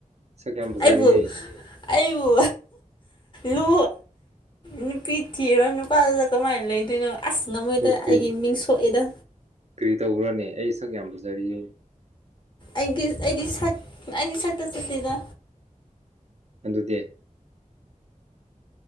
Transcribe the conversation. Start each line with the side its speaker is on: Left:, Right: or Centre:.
Right: ꯁꯛ ꯌꯥꯝ ꯐꯖꯔꯤꯌꯦ
Left: ꯑꯩꯕꯨ ꯑꯩꯕꯨ ꯂꯨ ꯅꯨꯄꯤ ꯊꯤꯔꯣ ꯅꯨꯄꯥꯗꯨꯗ ꯀꯃꯥꯏꯅ ꯂꯩꯗꯣꯏꯅꯣ ꯑꯁ ꯉꯝꯃꯣꯏꯗ
Right: ꯀ
Left: ꯑꯩꯒꯤ ꯃꯤꯡ ꯁꯣꯛꯑꯦꯗ
Right: ꯀꯔꯤ ꯇꯧꯈ꯭ꯔꯅꯦ ꯑꯩ ꯁꯛ ꯌꯥꯝ ꯄꯨꯖꯔꯤꯌꯦꯦ
Left: ꯑꯩꯒꯤ ꯑꯩꯗꯤ ꯁ ꯑꯩꯗꯤ ꯁꯛꯇ ꯆꯠꯇꯦꯗ
Right: ꯑꯗꯨꯗꯤ